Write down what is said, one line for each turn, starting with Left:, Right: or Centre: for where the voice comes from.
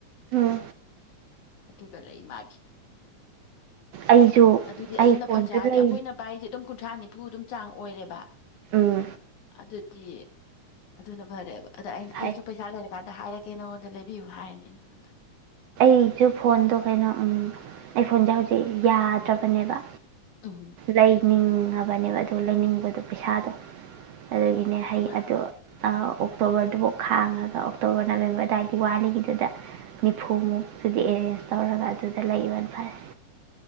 Right: ꯎꯝ
Left: ꯑꯗꯨꯒ ꯂꯩ ꯃꯥꯒꯤ
Right: ꯑꯩꯁꯨ
Left: ꯑꯗꯨꯗꯤ ꯑꯗꯨꯅ
Right: ꯑꯩ ꯐꯣꯟꯁꯨ
Left: ꯐꯠꯇ꯭ꯔꯥ ꯍꯥꯏꯗꯤ
Right: ꯂꯩ
Left: ꯑꯩꯈꯣꯏꯅ ꯄꯥꯏꯁ ꯑꯗꯨꯝ ꯀꯨꯟꯊ꯭ꯔꯥꯅꯤ ꯆꯝꯐꯨꯗꯨꯝ ꯆꯥꯡ ꯑꯣꯏꯔꯦꯕ
Right: ꯎꯝ
Left: ꯑꯗꯨꯗꯤ ꯑꯗꯨꯅ ꯐꯔꯦꯕ ꯑꯗ ꯑꯩꯅ
Right: ꯍꯥꯏ
Left: ꯑꯩꯁꯨ ꯄꯩꯁꯥ ꯂꯩꯔꯀꯥꯟꯗ ꯍꯥꯏꯔꯛꯀꯦ ꯅꯪꯉꯣꯟꯗ ꯂꯩ ꯕꯤꯨ ꯍꯥꯏ ꯍꯥꯏꯅꯦ ꯃꯥꯗ
Right: ꯑꯩꯁꯨ ꯐꯣꯟꯗꯣ ꯀꯩꯅꯣꯝ ꯑꯩ ꯐꯣꯟꯁꯦ ꯍꯧꯖꯤꯛ ꯌꯥꯗ꯭ꯔꯕꯅꯦꯕ
Left: ꯎꯝ
Right: ꯂꯩꯅꯤ ꯆꯪꯉꯕꯅꯦꯕ ꯑꯗꯨ ꯂꯩꯅꯤꯡꯕꯗꯣ ꯄꯩꯁꯥꯗꯣ ꯑꯗꯨꯒꯤꯅꯦ ꯍꯩ
Left: ꯃꯥ
Right: ꯑꯗꯣ ꯑꯣꯛꯇꯣꯕꯔꯗꯨꯐꯥꯎ ꯈꯥꯡꯉꯒ ꯑꯣꯛꯇꯣꯕꯔ ꯅꯕꯦꯝꯕꯔ ꯑꯗꯨꯋꯥꯏꯗ ꯋꯥꯠꯂꯤꯉꯗꯨꯗ ꯅꯤꯐꯨꯃꯨꯛ ꯑꯗꯨꯗꯤ ꯑꯦꯔꯦꯟꯖ ꯇꯧꯔꯒ ꯑꯗꯨꯗ ꯂꯩꯕ ꯐꯔ